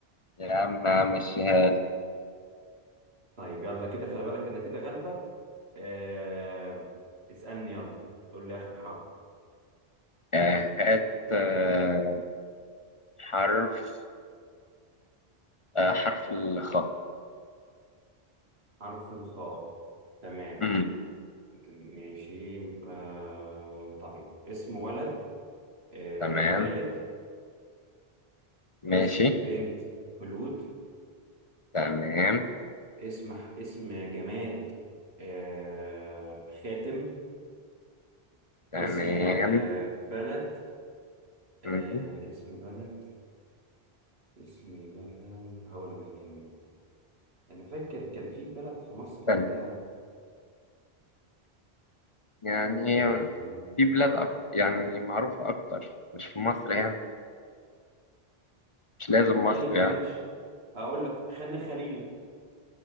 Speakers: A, on the left; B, on the right.
A: يا عم يا عم مشيها لي.
B: طيب يلا كده خلي بالك أنا كده غلبك آه اسألني يلا قول لي آخر حرف
A: آه، هات آه، حرف آه، حرف الخاء
B: حرف الخاء تمام
A: مم.
B: ماشي يبقى طيب اسم ولد آه
A: تمام
B: خالد
A: ماشي
B: اسم بنت خلود
A: تمام
B: اسم اسم جماد آه خاتم
A: تمام
B: اسم آه، بلد آه
A: مم.
B: اسم بلد اسم بلد هقول لك يعني انا فاكر كان في بلد في مصر كده
A: تمام. يعني
B: طيب
A: في بلاد أكتر يعني معروفة أكتر مش في مصر يعني مش لازم
B: طيب
A: مصر يعني
B: ماشي هقول لك خان الخليلي